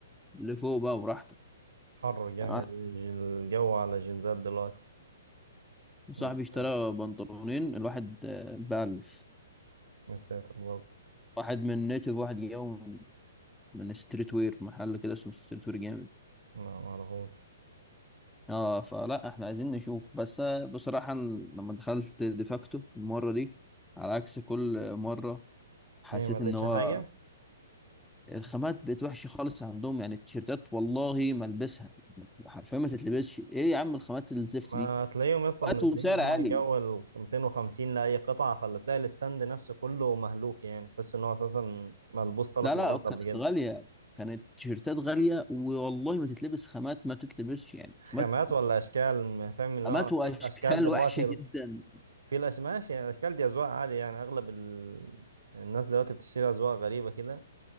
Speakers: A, in the centre; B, on the right (about 70°).
A: لفوق بقى براحتك
B: حر جامد
A: يعني واحد
B: الجو على الجينزات دلوقتي
A: صاحبي
B: يعني
A: اشترى
B: فاهم
A: بنطلونين الواحد ب 1000
B: يا ساتر برضه
A: واحد من نيتف واحد جاي من من ستريت وير محل كده اسمه ستريت وير جامد
B: لا معرفوش
A: اه فلا احنا عايزين نشوف بس آه، بصراحة أنا لما دخلت ديفاكتو المرة دي على عكس كل مرة حسيت
B: إيه ما لقيتش
A: ان هو
B: حاجة
A: الخامات بقت وحشة خالص عندهم يعني التيشيرتات والله ما البسها حرفيا ما تتلبسش ايه يا عم الخامات الزفت
B: ما
A: دي
B: تلاقيهم اصلا
A: وقت
B: منزلين
A: وسعر
B: ان هو
A: عالي
B: من جو ال 250 لاي قطعه فاللي تلاقي الستاند نفسه كله مهلوك يعني تحس ان هو اساسا ملبوس ثلاث
A: لا لا
B: مرات
A: كانت
B: قبل كده
A: غالية كانت تيشيرتات غالية والله ما تتلبس خامات ما تتلبسش يعني
B: خامات
A: خامات
B: ولا اشكال ما فاهم اللي
A: خامات
B: هو
A: وأشكال
B: في الاشكال دلوقتي
A: <laughs> وحشة جدا
B: ال- في الأش... ماشي يعني الاشكال دي اذواق عادي يعني اغلب ال... الناس دلوقتي بتشتري اذواق غريبه كده